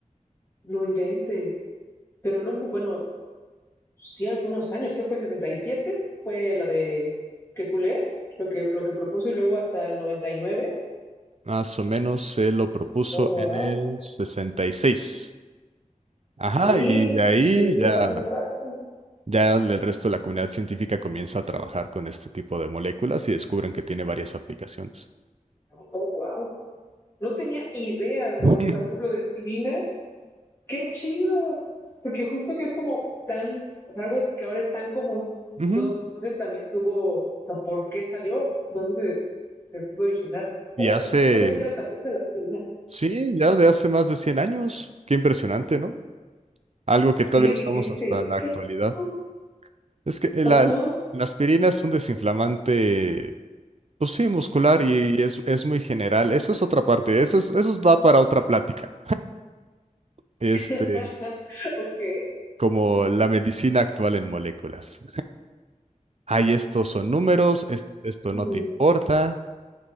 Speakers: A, on the left; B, on the right.
A: no inventes. Pero no, bueno, sí, algunos años, que fue 67 fue la de que culé, lo que, lo que propuso y luego hasta el noventa y nueve
B: Más o menos se lo propuso
A: Oh, wow.
B: en el sesenta y seis, Ajá,
A: Sí,
B: y de ahí
A: pues sí,
B: ya,
A: pasó un rato.
B: ya el resto de la comunidad científica comienza a trabajar con este tipo de moléculas y descubren que tiene varias aplicaciones.
A: Oh, wow. No tenía idea,
B: <laughs>
A: o
B: Ujú.
A: o sea, por ejemplo, de aspirina. Qué chido. Porque justo que es como tan, o sea, algo que ahora es tan común,
B: Ujú.
A: donde también tuvo, o sea, ¿por qué salió? ¿Dónde se, se pudo originar? Oh,
B: Y hace,
A: wow. No sabía que era tan vieja la aspirina.
B: sí, ya de hace más de 100 años. Qué impresionante, ¿no? Algo que
A: Sigue
B: todavía usamos
A: vigente.
B: hasta la
A: Qué
B: actualidad.
A: chido.
B: Es que
A: Ajá.
B: la, la aspirina es un desinflamante, pues sí, muscular y, y es, es muy general. Eso es otra parte, eso, es- eso da para otra plática. este,
A: <laughs> Ok.
B: como la medicina actual en moléculas. Ay, estos son números, es- esto no
A: Mm,
B: te importa,